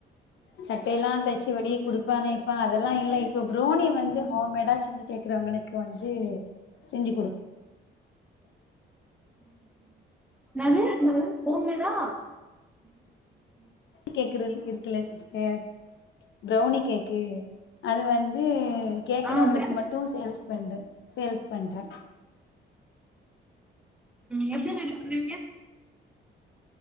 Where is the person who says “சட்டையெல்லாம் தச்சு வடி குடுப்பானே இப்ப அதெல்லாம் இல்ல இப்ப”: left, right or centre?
Left